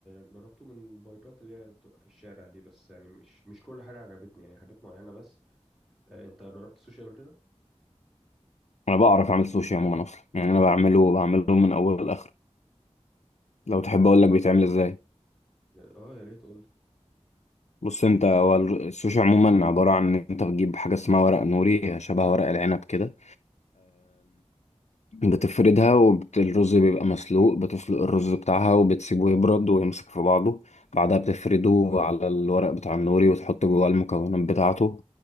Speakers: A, in the centre; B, on the left.
A: جربته من بايكات اللي هي بتبقى في الشارع دي بس يعني مش مش كل حاجة عجبتني يعني حاجات معينة بس آه أنت جربت السوشي قبل كده؟
B: انا بعرف اعمل سوشي عموما اصلا يعني انا بعمله بعمله من اول لاخر لو تحب اقول لك بيتعمل ازاي
A: اه يا ريت قول
B: بص انت هو السوشي عموما عباره عن ان انت بتجيب حاجه اسمها ورق نوري شبه ورق العنب كده بتفردها والرز بيبقى مسلوق بتسلق الرز بتاعها وبتسيبه يبرد ويمسك في بعضه بعدها بتفرده على الورق بتاع النوري وتحط جواه المكونات بتاعته